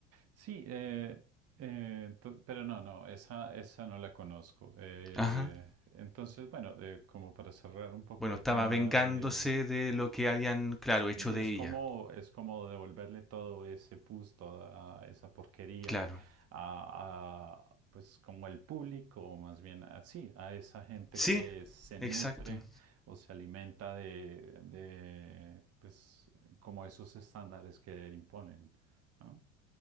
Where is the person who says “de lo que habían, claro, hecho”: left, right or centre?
Centre